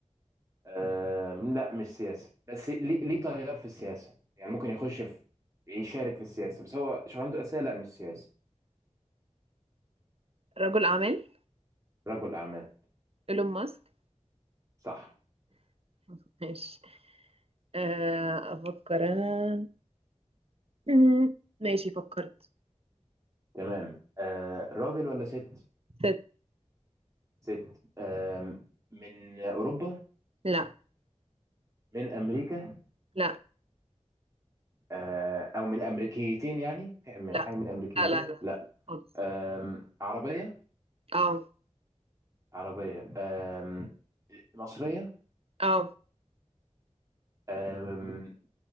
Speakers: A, on the right; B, on the right.
A: أه لا مش سياسي بس ليه ليه تغير في السياسه يعني ممكن يخش في يشارك في السياسه بس هو شغلانته الاساسيه لا مش سياسي
B: رجل أعمال
A: رجل اعمال
B: إيلون ماسك
A: صح
B: <laughs> ماشي آه،
A: <laughs> ماشي
B: أفكر أنا مم، ماشي فكرت
A: تمام أه راجل ولا ست
B: ست
A: ست أه من اوروبا
B: لا
A: من امريكا
B: لا
A: أه او من الامريكيتين يعني في من
B: لا
A: حاجه من الامريكيتين
B: لا لا لا
A: لا
B: لا خالص.
A: أه عربيه
B: اه
A: عربية أم، مصرية
B: اه
A: أم،